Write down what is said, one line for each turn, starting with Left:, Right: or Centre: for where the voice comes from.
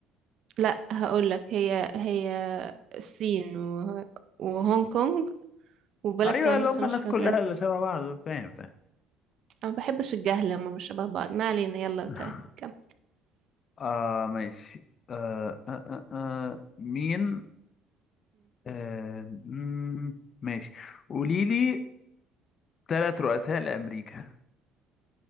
Right: لا هقولك هي هي الصين و... وهونج كونج وبلد
Left: ايوه
Right: كمان
Left: اللي
Right: بس
Left: هم
Right: أنا
Left: الناس
Right: مش فاكرة
Left: كلها اللي شبه بعض فاهم فاهم
Right: أنا بحبش الجهل هما مش شبه بعض ما علينا يلا
Left: <laughs>
Right: طيب كم
Left: آه ماشي آه آه آه آه مين آه مم، ماشي قولي لي ثلاث رؤساء لأمريكا